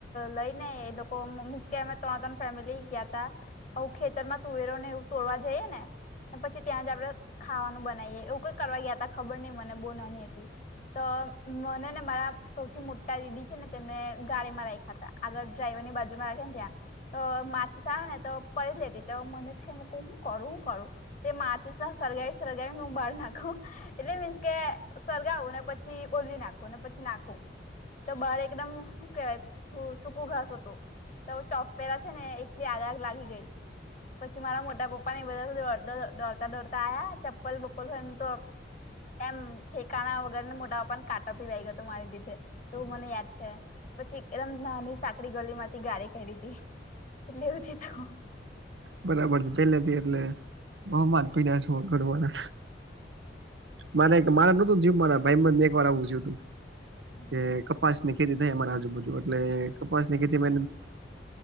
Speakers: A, on the left (about 45°); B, on the right (about 80°).
A: લઈ ને એ લોકો મીસ કે અમે ત્રણ ત્રણ ફેમિલી ગયા ખેતરમાં તુવેરો ને એવું તોડવા જઈએ ને પછી ત્યાં જ આપડણે ખાવાનું બનાઈએ એવું કઈ કરવા ગયા ત ખબર નઈ મને બો નાની હતી તો મને ને મારા સૌથી મોટા દીદી છે ને તેમને ગાડીમાં રાખ્યા તા આગળ ડ્રાઈવર ની બાજુ માં રાખે ને ત્યાં તો સને તો પડ લે દ તો મને થાયું ક હું કરું હું કરું તે માટી સળગાવી સ સરગાવીનેું બહાર નાખું એટલે મીન્સ કે સળગાવું ને પછી ઓલવી નાખવ ને પછી નાખવ તો બહાર એકદમ શ કેવાય સૂકું ઘાસ હતું તો છોફીરા છે ને આગ આગ લાગી ગઈ પછી મારા મોટા પપ્પા ને બધા દોડતા દોડતા આ્યા ચપ્પલ બપલ ફ તો એમ ઠેકાણા વગરને મોટા પપને કાટો પીવાઈ ગયો હતો મારી લીધે તોું મને યાદ છે. પછી એદમ નાની સાંકડી ગલી માંથી ગાડી કાડીતી <unintelligible>
B: બરાબર છે પેલેથી એટલે બહુ મા પી્યા છે કરવાના મારે મારે નતું થઈ મારા ભાઈ મને એક વાર આવું થયું તું
A: હમ
B: કે કપાસ ખેતી થાય મારા આજુબજુ એટલે કપાસ ની ખેતી